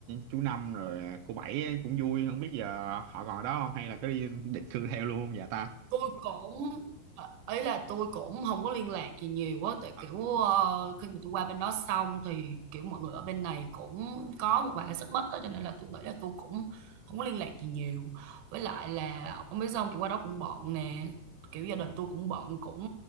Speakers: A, on the right (about 80°); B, on the right (about 60°).
A: chú Năm rồi cô Bảy ấy cũng vui không biết giờ họ còn ở đó không hay là có đi định cư theo luôn không vậy ta
B: tôi cũng ờ, ấy là tôi cũng không có liên lạc gì nhiều quá tại
A: Ờ.
B: kiểu ờ, khi mà tôi qua bên đó xong thì kiểu mọi người ở bên này cũng có một vài cái xích mích đó cho nên là tôi nghĩ là tôi cũng không có liên lạc gì nhiều với lại là ông biết xong kiểu qua đó cũng bận nè kiểu gia đình tôi cũng bận cũng